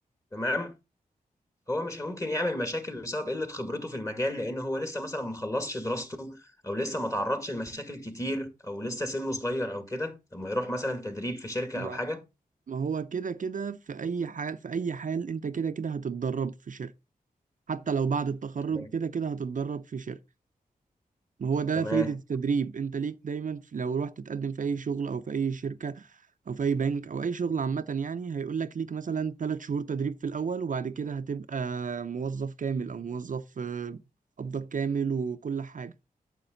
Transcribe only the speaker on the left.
تمام هو مش ممكن يعمل مشاكل بسبب قلة خبرته في المجال لأن هو لسه مثلا ما خلصش دراسته أو لسه ما تعرضش لمشاكل كتير أو لسه سنه صغير أو كده لما يروح مثلا تدريب في شركة
أو حاجة
تمام
تمام